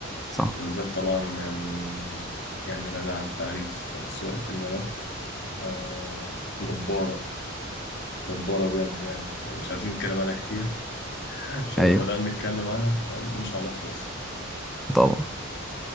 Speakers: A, in the centre; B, on the left (about 55°).
A: صح
B: وبالذات طبعا يعني يعني غني عن التعريف سواقة البنات آه، جبارة جبارة بجد يعني فمش عايزين نتكلم عنها كتير <laughs> عشان
A: أيوه
B: لو بدأنا نتكلم عنها انت فاهم مش هنخلص
A: طبعا